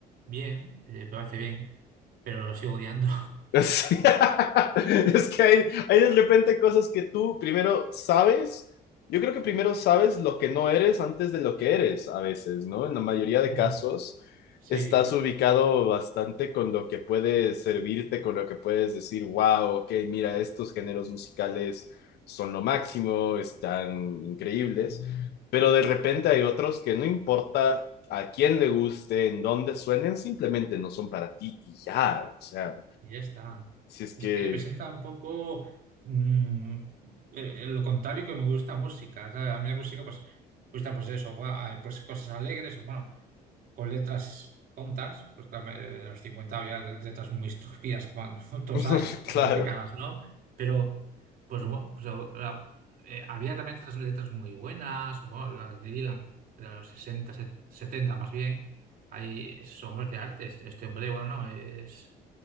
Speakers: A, on the right; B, on the left.
A: bien, eh, me parece bien, pero lo sigo odiando.
B: Sí. <laughs> Es que hay, hay de repente cosas que tú primero sabes. Yo creo que primero sabes lo que no eres antes de lo que eres a veces, ¿no? En la mayoría de
A: <laughs>
B: casos
A: Sí.
B: estás ubicado bastante con lo que puede servirte, con lo que puedes decir, wow, ok, mira, estos géneros musicales son lo máximo, están increíbles, pero de repente hay otros que no importa a quién le guste, en dónde suenen, simplemente no son para ti y ya, o sea.
A: Y ya está.
B: Si es
A: Es
B: que,
A: que representa un poco mm, eh, eh, lo contrario que me gusta música. O sea, a mí la música, pues, gusta pues eso, gua- eh, pues cosas alegres, o bueno, con letras tontas. Pues claro, eh, en los 50 había letras muy estúpidas cuando <laughs> todos
B: <laughs>
A: años, con
B: claro,
A: las décadas, ¿no? Pero, pues, bueno, pues, o- la- eh, había también otras letras muy buenas, o bueno, las de Dylan, de los 60 set- 70 más bien. Hay esos hombres de arte. Este, este hombre, bueno, no, es.